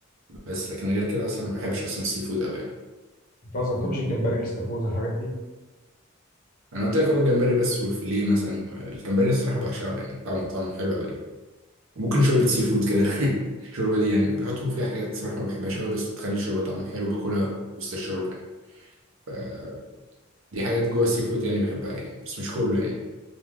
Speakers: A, on the right (about 65°); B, on the left (about 40°).
A: بس لكن غير كده أصلا ما بحبش أصلا السي فود أوي يعني.
B: بتهزر ما بتحبش الجمبري الاستاكوزا الحاجات دي
A: انا قلت لك هو الجمبري بس والفيليه مثلا الجمبري الصراحه بعشقه يعني طعمه طعمه حلو قوي يعني وممكن شوربه سي فود كده <laughs> الشوربه دي يعني بيحطوا فيها حاجات صراحه ما بحبهاش قوي بس بتخلي الشوربه طعمها حلو باكلها وسط الشوربه يعني فدي حاجات جوه السي فود يعني بحبها يعني بس مش كله يعني